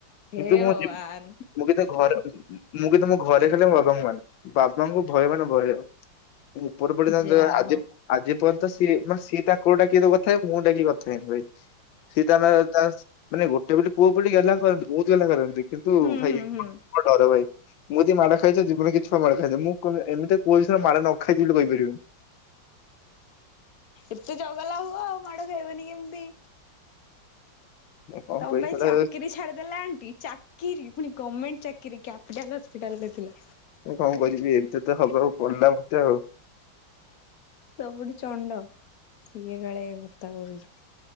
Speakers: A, on the left; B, on the left.
A: ହେ
B: କିନ୍ତୁ ମୁଁ
A: ଭଗବାନ
B: ଯି <unintelligible> ମୁଁ କେତେ ଘରେ- ମୁଁ କି ତମ ଘରେ ଖାଲି ବାବାଙ୍କ ମାନେ ବାବାଙ୍କୁ ଭୟ ମାନେ ଭୟ ଉପର ପଡି
A: ଯା
B: ଯ ଆଜି
A: ହଉ।
B: ଆଜି ପ ସିଏ ମାନେ ସି ତାକୁ ଡାକିେ କଥାଏ ମୁଁ ଡାକି କଥାଏନି ଭାଇ। ସି ତା ମାନେ ଗୋଟେ ପୋଟେ ପୁଅ ବୋଲିଟ ଗଲା। କରନ୍ତି ବହୁତ ଗଲା କରନ୍ତି କିନ୍ତୁ
A: ହୁଁ
B: ଭାଇ
A: ହୁଁ
B: ଙ୍କୁ
A: ହୁଁ
B: ଡର ଭାଇ। ମୁଁ ଯଦି ମାଡ ଖାଇଛ ଜୀବନ କିଛି ଛୁଆ ମାଡ ଖାଇଥାି ମୁଁ ଏମିତି କହୁି ନା ମାଡ ନ ଖାଇଛି ବୋଲି କହିପାରିବି।
A: ଏତେ ଚଗଲା ହୁଅ ଆଉ ମାଡ ଖାଇବନି କେମିତି
B: କଣ
A: ତମ
B: କରି
A: ପାଇଁ
B: ଶଳା
A: ଚାକିରି ଛାଡିଦେଲା ଏଣ୍ଟି ଚାକିରି ପୁଣି ଗଭର୍ଣ୍ମେଣ୍ଟ ଚାକିରୀ କ୍ୟାପିଟାଲ୍ ହସ୍ପିଟାଲରେ ଥିଲେ।
B: ମୁଁ କଣ କରିବି ଏମିତି ତ ହବ ଆଉ ପଡିଲା ମତେ ଆଉ।
A: ସବୁଠୁ ଚଣ୍ଡ ସିଏ କାଳେ କଥା କହୁଛି।